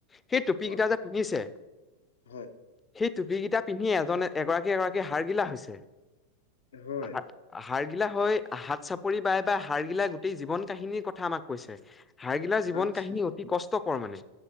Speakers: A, on the left; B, on the left.
A: সেই টুপী
B: কোৱা
A: কিটা যে, পিন্ধিছে,
B: হয়
A: সেই টুপী কিটা পিন্ধি এজনে এগৰাকী, এগৰাকী হাৰগিলা হৈছে,
B: হয়
A: হাৰ <inaudible> হাৰগিলা হয় হাত চাপৰি বাই বা হাৰগিলা গোটেই জীৱন কাহিনীৰ কথা আমাক কৈছে। হাৰগিলাৰ জীৱন
B: আচ্ছা
A: কাহিনী অতি কষ্টকৰ মানে,